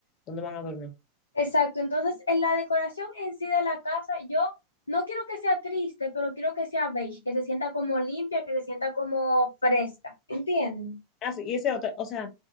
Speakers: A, on the left (about 35°); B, on the left (about 75°).
A: ¿dónde van a dormir?
B: Exacto, entonces en la decoración en sí de la casa, yo no quiero que sea triste, pero quiero que sea beige, que se sienta como limpia, que se sienta como fresca, ¿entienden?
A: Así, y ese otro, o sea,